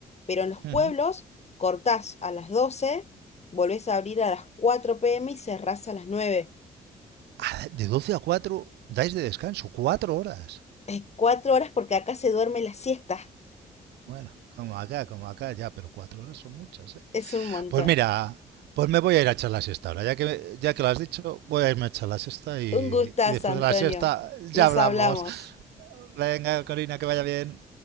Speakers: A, on the left; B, on the right.
A: pero en los pueblos
B: Ujú.
A: cortás a las 12, volvés a abrir a las 4 pm y cerrás a las 9.
B: Ah, De 12 a 4 dais de descanso, cuatro horas.
A: Eh, Cuatro horas porque acá se duerme la siesta.
B: Bueno, como acá, como acá ya, pero cuatro horas son muchas, ¿eh?
A: Es un montón.
B: Pues mira, pues me voy a ir a echar la siesta ahora. Ya que, ya que lo has dicho, voy a irme a echar la siesta y,
A: Un gustazo,
B: y después
A: Antonio.
B: de la siesta
A: Nos
B: ya hablamos.
A: hablamos.
B: Venga, Corina, que vaya bien.